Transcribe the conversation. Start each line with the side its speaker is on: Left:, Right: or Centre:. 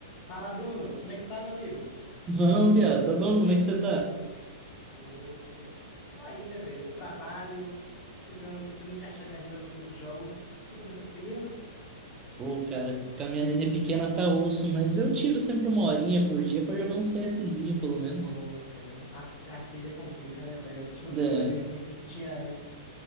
Left: Fala, Bruno. Como é que tá, meu amigo?
Right: Não, Bia, tá bom, como é que você tá?
Left: Pô, cê- tô aí, né, velho? Trabalho, tentando, tentando encaixar minha agenda no- nos jogos. E você tá conseguindo?
Right: Pô, cara, com a minha nenê pequena tá osso, mas eu tiro sempre uma horinha por dia pra jogar um CSzinho, pelo menos.
Left: Pô, velho, a, a filha complica, né, velho? A gente não
Right: Da-
Left: tem mais aquele tempo que a gente tinha antes.